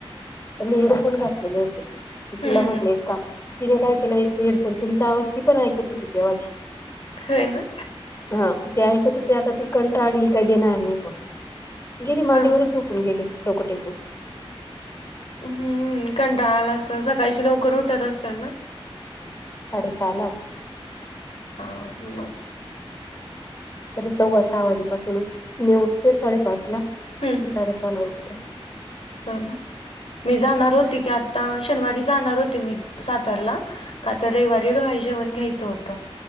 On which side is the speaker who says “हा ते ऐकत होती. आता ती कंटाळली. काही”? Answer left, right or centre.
Left